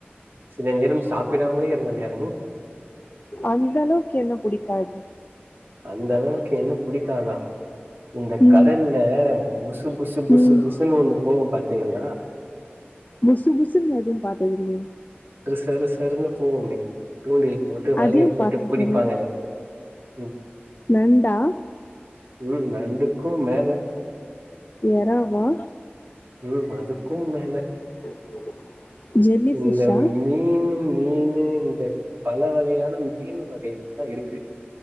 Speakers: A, on the right (about 60°); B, on the left (about 45°).
A: சில நேரம் சாப்பிடாமலே இருந்த நேரம்
B: அந்த அளவுக்கு என்ன புடிக்காது
A: அந்த அளவுக்கு என்ன புடிக்காதா இந்த
B: ம்
A: கடல்ல புசு புசு புசு
B: ம்
A: புசுன்னு ஒண்ணு போவு பாத் திங்கள்ளா
B: புசுபுசுன்னு எது பாத்தத்திலையே
A: சர சரன்ன போவுமே தூண்டில் போட்டு வலைய
B: அதையு
A: போட்டு
B: பாத்தது
A: பிடிப்பாங்களே
B: இல்ல
A: ம்
B: நண்டா
A: ம் நண்டுக்கும் மேல
B: எறாவா
A: ம் அதுக்கும் மேல
B: <inaudible> ஜெல்லி
A: இந்த
B: ஃபிஷ்ஷா
A: மீனு மீனு இந்த பல வகையான மீனு வகைகள்லா இருக்கு